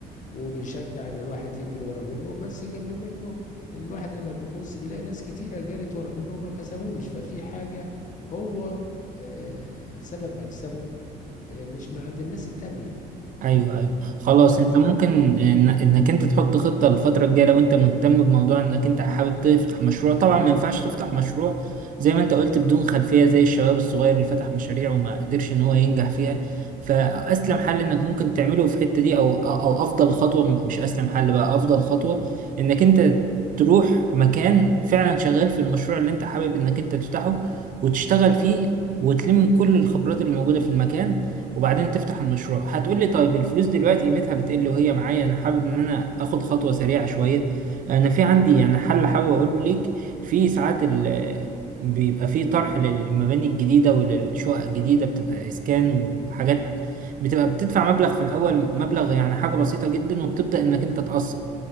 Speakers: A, on the left (about 50°); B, on the right (about 50°).
A: وبيشجع ان الواحد يجري ورا منه بس جنب منه الواحد لما بيبص بيلاقي ناس كتيرة جرت ورا منه وما كسبوش ففي حاجة هو آه، سبب مكسبه آه، مش مع عند الناس التانية
B: ايوه ايوه خلاص
A: فدي
B: انت ممكن إن- انك انت تحط خطه للفتره الجايه لو انت مهتم بموضوع انك انت حابب تفتح مشروع طبعا ما ينفعش تفتح مشروع زي ما انت قلت بدون خلفيه زي الشباب الصغير اللي فتح مشاريع وما قدرش ان هو ينجح فيها فاسلم حل انك ممكن تعمله في الحته دي او او افضل خطوه مش اسلم حل بقى افضل خطوه انك انت تروح مكان فعلا شغال في المشروع اللي انت حابب انك انت تفتحه وتشتغل فيه وتلم كل الخبرات اللي موجوده في المكان وبعدين تفتح المشروع هتقول لي طيب الفلوس دلوقتي قيمتها بتقل وهي معايا انا حابب ان انا اخد خطوة سريعة شوية انا في عندي يعني حل حابب اقول لك في ساعات ال بيبقى في طرح للمباني الجديدة وللشقق الجديدة بتبقى اسكان وحاجات بتبقى بتدفع مبلغ في الاول مبلغ يعني حاجة بسيطة جدا وبتبدأ انك انت تقسط